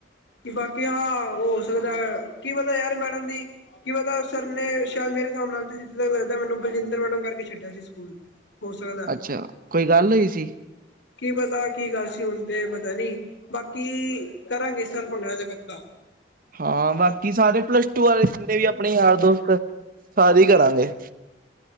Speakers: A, on the left; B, on the right.
A: ਕਿ ਬਾਕੀ ਹਾਂ ਹੋ ਸਕਦਾ ਕੀ ਪਤਾ ਯਾਰ ਮੈਡਮ ਦੀ ਕੀ ਪਤਾ ਸਰ ਨੇ ਸ਼ਾਇਦ ਮੇਰੇ ਹਿਸਾਬ ਨਾਲ ਜਿੱਥੇ ਤੱਕ ਲੱਗਦਾ ਮੈਨੂੰ ਬਲਜਿੰਦਰ ਮੈਡਮ ਕਰਕੇ ਛੱਡਿਆ ਸੀ ਸਕੂਲ। ਹੋ ਸਕਦਾ
B: ਅੱਛਾ, ਕੋਈ ਗੱਲ ਹੋਈ ਸੀ?
A: ਕੀ ਪਤਾ ਕੀ ਗੱਲ ਸੀ ਹੁਣ ਤੇ ਪਤਾ ਨੀ ਬਾਕੀ ਕਰਾਂਗੇ ਇਸ ਸਾਲ ਭੰਗੜਾ ਦੇ ਪੱਕਾ।
B: ਹਾਂ ਬਾਕੀ ਸਾਰੇ ਪਲੱਸ ਟੂ ਵਾਲੇ ਜਿੰਨੇ ਵੀ ਆਪਣੇ ਯਾਰ ਦੋਸਤ ਸਾਰੇ ਕਰਾਂਗੇ।